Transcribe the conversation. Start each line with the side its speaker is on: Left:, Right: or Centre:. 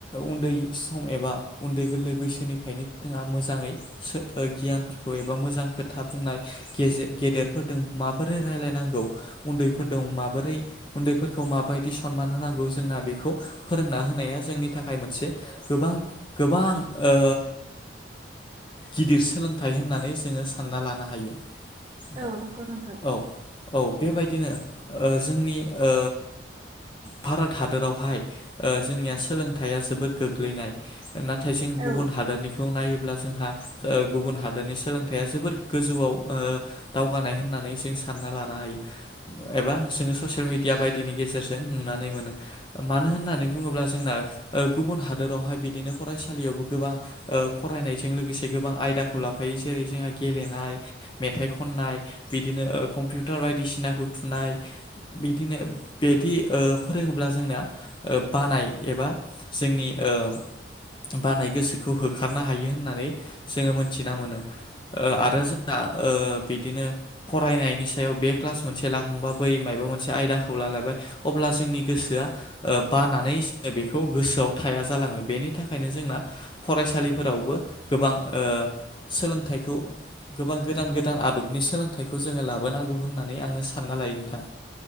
Left: उन्दै सम एबा उन्दै गोरलै बैसोनि बेनिखायनो जोंहा मोजांङै गियानफोरखौ एबा मोजां खोथा बुंनाय गेदेर माबोरै रायलायनांगौ उनदैफोरजों माबोरै उन खौ माबायदि सनमान होनांगौ जोंना बेखौ फोरोंना होनाया जोंनि थाखाय मोनसे गोबां गोबां ओ गिदिर सोलोंथाइ होननानै जोंङो सानना लानो हायो नोंथां
Right: औ नंगौ नोंथां
Left: औ औ बेबायदिनो जोंनि ओ भारत हादरावहाय ओ जोंनिया सोलोंथाइया जोबोद गोग्लैनाय ना - थाय जों
Right: औ
Left: गुबुन हादनि - खौ नायोब्ला जोंहा गुबुन हादोरनि सोलोंथाइया जोबोर गोजौआव ओ दावगानाय होनना - नै जों सानना लानो हायो एबा जोंङो ससियेल मिडिया बायदिनि गेजेरजों नुनानै मोनो मानो होननानै बुंङोब्ला जोंना गुबुन हादोरावहाय बिदिनो फरायसालियावबो गोबां ओ फरायनायजों लोगोसे गोबां आयदाखौ लाफायो जेरै जोंहा गेलेनाय मेथाइ खननाय बिदिनो कम्पिउटार बायदिसिनाखौ थुनाय बिदिनो बिदि ओ फोरोङोब्ला जोंना बानाय एबा जोंनि ओ बानाय गोसो -खौ होखारनो हायो होननानै जोङो मोनथिना मोनो। आरो जोंना ओ बिदिनो फरायनायनि सायाव बे क्लास मोनसे लाखांबा बै माय मोनसे आयदाखौ लालायबाय अब्ला जोंनि गोसोआ बानानै बेखौ गोसोआव थाया जालाङो बेनि थाखायनो जोंना फरायसालिफोरावबो गोबां ओ सोलोंथाइखौ गोबां गोदान गोदान आदबनि सोलोंथाइखौ जोङो लाबोनांगौ होननानै आङो सानना लायो नोंथां